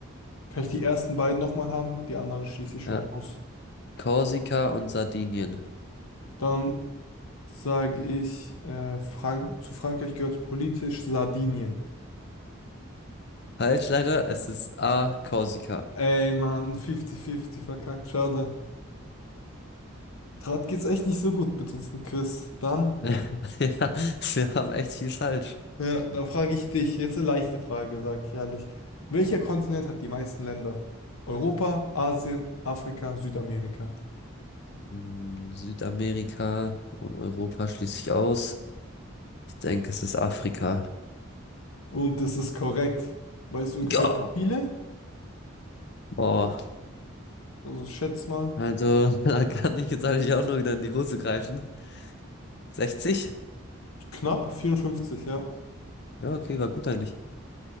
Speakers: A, on the left; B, on the left.
A: kann ich die ersten beiden nochmal haben? Die anderen schließe ich schon
B: Ja,
A: mal aus.
B: Korsika und Sardinien.
A: Dann sage ich, äh, Frank zu Frankreich gehört politisch Sardinien.
B: Falsch leider, es ist A, Korsika.
A: Ey, Mann, 50-50 verkackt, schade. Gerade geht's echt nicht so gut mit unserem Quiz. Dann.
B: <laughs> Ja, wir haben echt viel falsch.
A: Ja, dann frage ich dich, jetzt eine leichte Frage, sage ich ehrlich. Welcher Kontinent hat die meisten Länder? Europa, Asien, Afrika, Südamerika.
B: Mm, Südamerika und Europa schließe ich aus. Ich denke, es ist Afrika.
A: Und das ist korrekt. Weißt du ungefähr
B: Ja!
A: wie viele?
B: Boah,
A: Also schätz mal.
B: also <laughs> da kann ich jetzt eigentlich auch noch wieder in die Hose greifen. 60?
A: Knapp 54, ja.
B: Ja, okay, war gut eigentlich.